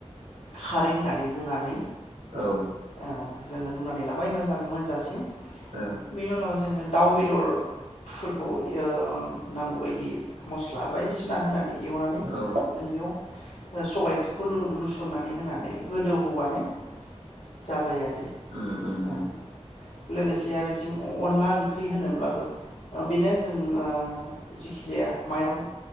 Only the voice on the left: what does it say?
खारै होनानै रूनानै
औ जोङो रुनानै लाबाय मोजां <unintelligible> जासिम।
बेनि उनाव जोङो दाउ बेदरफोरखौ <unintelligible> नांगौबा दि मस्ला बायदिसिना होनानै एवनानै
जों बेयाव <unintelligible> <unintelligible> लुसननानै होनानै गोदौहोबानो जाबाय आरो
औ।
लोगोसे आरो बिथिं अनला ओंख्रि होनोब्लाबो बेनो जों ओ जेखि जाया माइरं